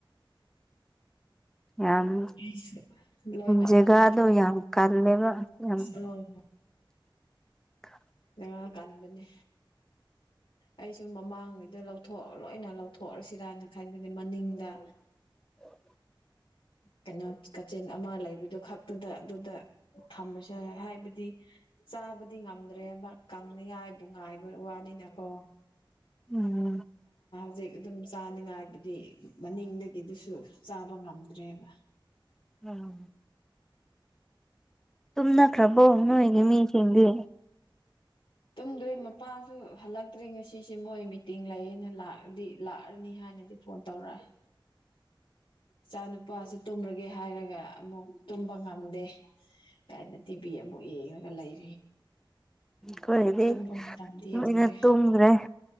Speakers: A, in the centre; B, on the left.
A: ꯌꯥꯝ
B: ꯑꯩꯁꯨ ꯂꯣꯏꯅ
A: ꯖꯒꯥꯗꯣ
B: ꯑꯃꯨꯛ
A: ꯌꯥꯝ ꯀꯜꯂꯦꯕ ꯌꯥꯝ
B: ꯑꯧ
A: <inaudible> <inaudible>
B: ꯕꯦꯔꯥ ꯀꯟꯕꯅꯦ ꯑꯩꯁꯨ ꯃꯃꯥꯡꯉꯩꯗ ꯂꯧꯊꯣꯛ ꯂꯣꯏꯅ ꯂꯧꯊꯣꯛꯑꯁꯤꯔꯅ ꯈꯟ ꯍꯥꯏꯕꯅꯦ ꯃꯅꯤꯡꯗ
A: <inaudible>
B: ꯀꯩꯅꯣ ꯀꯥꯆꯤꯟ ꯑꯃ ꯂꯩꯕꯗꯨ ꯈꯛꯇꯨꯗ ꯑꯗꯨꯗ ꯊꯝꯕꯁꯦ ꯍꯥꯏꯕꯗꯤ ꯆꯥꯕꯗꯤ ꯉꯝꯗ꯭ꯔꯦꯕ ꯀꯪꯅꯤꯡꯉꯥꯏꯕꯨ ꯉꯥꯏꯕ ꯋꯥꯅꯤꯅ ꯑꯣ
A: ꯎꯝ
B: ꯍꯧꯖꯤꯛ ꯑꯗꯨꯝ ꯆꯥꯅꯤꯡꯉꯥꯏꯕꯨꯗꯤ ꯃꯅꯤꯡꯗꯒꯤꯗꯨꯁꯨ ꯆꯥꯕ ꯉꯝꯗ꯭ꯔꯦꯕ
A: <unintelligible> ꯇꯨꯝꯅꯈ꯭ꯔꯕꯣ ꯅꯣꯏꯒꯤ ꯃꯤꯁꯤꯡꯗꯤ
B: ꯇꯨꯝꯗ꯭ꯔꯤ ꯃꯄꯥꯁꯨ ꯍꯜꯂꯛꯇ꯭ꯔꯤ ꯉꯁꯤꯁꯦ ꯃꯣꯏ ꯃꯤꯇꯤꯡ ꯂꯩꯌꯦꯅ ꯂꯥꯛ ꯑꯗꯤ ꯂꯥꯛꯑꯅꯤ ꯍꯥꯏꯅꯗꯤ ꯐꯣꯟ ꯇꯧꯔꯛꯑꯦ
A: <inaudible>
B: ꯏꯆꯥ ꯅꯨꯨꯄꯥꯁꯨ ꯇꯨꯝꯔꯒꯦ ꯍꯥꯏꯔꯒ ꯑꯃꯨꯛ ꯇꯨꯝꯕ ꯉꯝꯗꯦ ꯀꯥꯏꯅ ꯇꯤꯚꯤ ꯑꯃꯨꯛ ꯌꯦꯉꯒ ꯂꯩ
A: ꯀꯣꯏꯒꯤꯗꯤ
B: ꯇꯨꯝꯕ ꯃꯇꯝꯗꯤ
A: ꯃꯣꯏꯅ
B: ꯌꯧꯔꯦ
A: ꯇꯨꯝꯒ꯭ꯔꯦ